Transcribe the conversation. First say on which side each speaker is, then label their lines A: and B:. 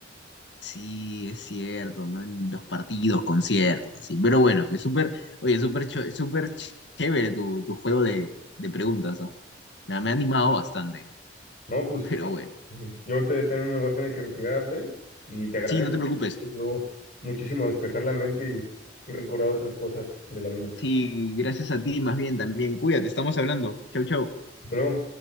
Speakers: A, on the left; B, on the left.
A: Sí, es cierto, ¿no? En los partidos, conciertos, así. Pero bueno, es súper, oye, súper cho- súper ch- chévere tu, tu juego de, de preguntas, ¿no? Me, ha me ha animado bastante,
B: No, pues
A: pero bueno.
B: Ujú. Yo ahorita ya también me voy a tener que retirar, Abdel, y te agradezco.
A: Sí, no te preocupes.
B: Me ayudó muchísimo a despejar la mente y, y recordar otras cosas de la vida.
A: Sí, gracias a ti, más bien también. Cuídate, estamos hablando. Chau, chau.
B: Hasta luego.